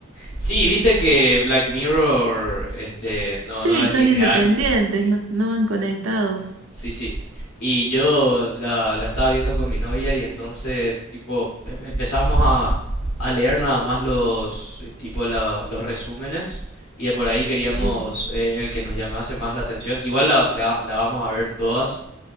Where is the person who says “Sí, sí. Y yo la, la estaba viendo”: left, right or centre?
Left